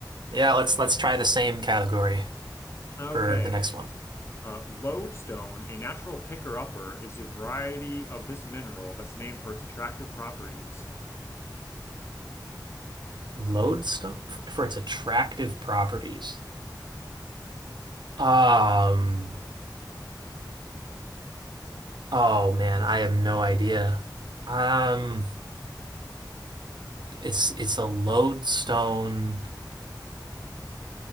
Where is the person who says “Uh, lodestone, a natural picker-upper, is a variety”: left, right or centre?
Left